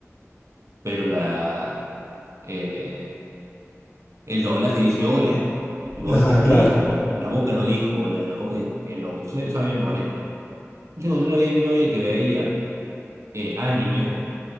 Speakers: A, on the right; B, on the left.
A: pero la, eh, el doblaje dice hola, y vos
B: Ujú. Ajá,
A: ves que no
B: claro.
A: dijo, la boca no dijo hola, la boca dijo hello. Entonces, eso a mí me molesta. Entonces, cuando yo la veía a mi novia que veía eh, anime,